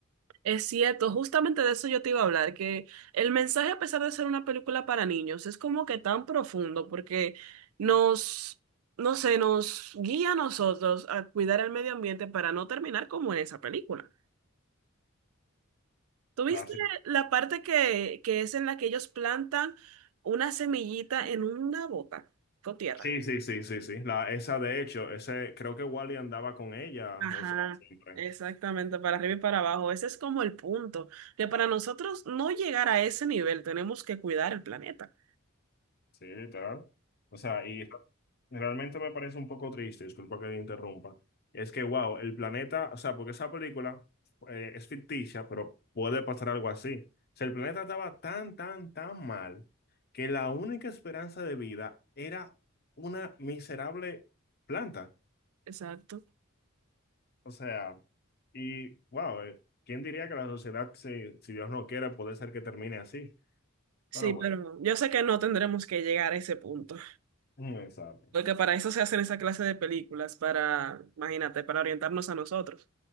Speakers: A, on the right; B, on the left.
A: Es cierto, justamente de eso yo te iba a hablar, que el mensaje, a pesar de ser una película para niños, es como que tan profundo porque nos, no sé, nos guía a nosotros a cuidar el medio ambiente para no terminar como en esa película. ¿Tuviste
B: Ah, sí.
A: la parte que, que es en la que ellos plantan una semillita en una bota con tierra?
B: Sí, sí, sí, sí, sí. La, esa de hecho, ese creo que Wally andaba con ella,
A: Ajá,
B: o sea, siempre.
A: exactamente, para arriba y para abajo. Ese es como el punto, que para nosotros no llegar a ese nivel tenemos que cuidar el planeta.
B: Sí, literal. O sea, y realmente me parece un poco triste, disculpa que te interrumpa. Es que, wow, el planeta, o sea, porque esa película eh, es ficticia, pero puede pasar algo así. O sea, el planeta estaba tan, tan, tan mal que la única esperanza de vida era una miserable planta.
A: Exacto.
B: O sea, y wow, eh, ¿quién diría que la sociedad, si, si Dios no quiera puede ser que termine así?
A: Sí,
B: Pero bueno,
A: pero yo sé que no tendremos que llegar a ese punto,
B: mm, exacto.
A: porque para eso se hacen esa clase de películas, para, imagínate, para orientarnos a nosotros.